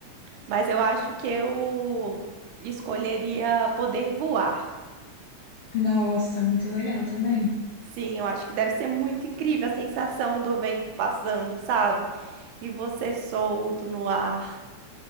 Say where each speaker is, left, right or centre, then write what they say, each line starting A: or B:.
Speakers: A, on the right; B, on the left.
A: Mas eu acho que eu escolheria poder voar.
B: Nossa, muito legal também.
A: Sim, eu acho que deve ser muito incrível a sensação do vento passando, sabe? E você solto no ar.